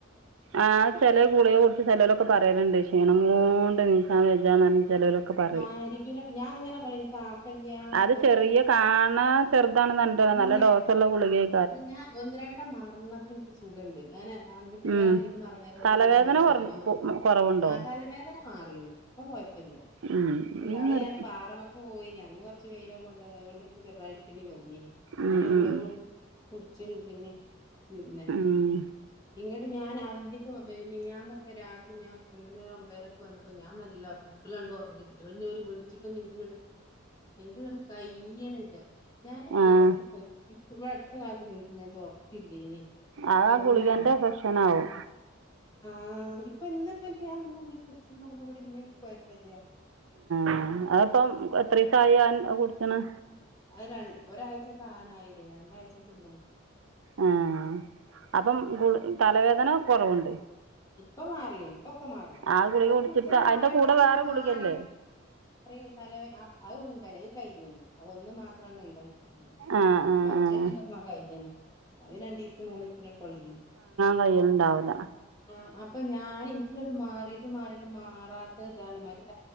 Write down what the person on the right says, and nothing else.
ആ ചെല ഗുളിക കുടിച്ച് ചെലലൊക്കെ പറയയുന്നുണ്ട് ക്ഷീണം കൊണ്ട് എണീക്കാൻ കഴിയില്ലന്ന് പറ - ചെലവലൊക്കെ പറയും
അത്
ചെറിയ കാണാൻ- ചെറുതാണ് എന്തുവാ നല്ല
ഡോസ് ഉള്ള ഗുളികയാ
ഉം
തലവേദന
കൊറഞ്ഞ്
കൊറവുണ്ടോ
ഉം
നിർ
ഉം
ഉം
ഉം
ആഹ്
അത്
ആ ഗുളികന്റെ എഫക്ഷനാവും
ആ അതപ്പം എത്ര ദിവസമായി അവൻ കുടിച്ചണ്
ആ അപ്പം തലവേദന കൊറവുണ്ട്
ആ ഗുളിക
കുടിച്ചിട്ട്
അതിന്റെ
കൂടെ വേറെ
ഗുളികല്ലേ
ആഹ് ആഹ്
ആഹ്
തയ്യൽ ഉണ്ടാവില്ല